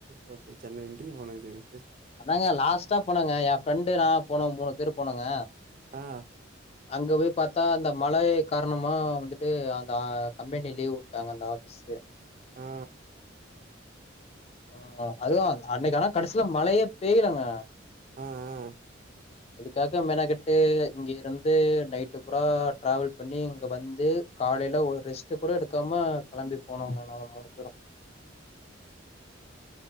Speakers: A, on the right; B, on the left.
A: வப் போய் சென்னை இன்ட்ரியூ போனங்க செரி
B: அதாங்க லாஸ்ட்டா போனாங்க எ ஃப்ரெண்டு நா போனோ மூனுப் பேரு போனோங்க
A: ஆ
B: அங்க போய் பாத்தா இந்த மழை காரணமா வந்துட் ட்டு அந்த ஆ கம்பெனி லீவு வுட்டாங்க அந்த ஆபிஸூ
A: ஆ
B: அ அதுதா அன்னைக்கு ஆனா கடைசில மழையேப் பேயிலங்க
A: ஆ ஆ ஆ
B: இதுக்காக மெனகெட்டு இங்கியிருந்து நைட் ட்டுபுரா டிராவெல் பண்ணி இங்க வந்து காலைல ஒரு ரெஸ்ட்டு கூட எடுக்காம கெளம்பி போனோங்க நாங்க மூனு பேரு